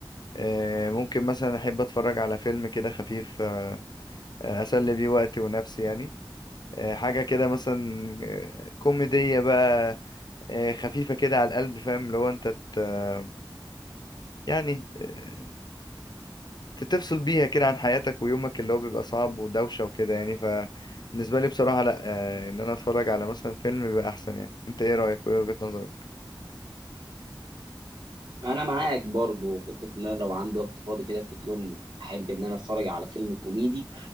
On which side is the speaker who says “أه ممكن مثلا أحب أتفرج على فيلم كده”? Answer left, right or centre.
Left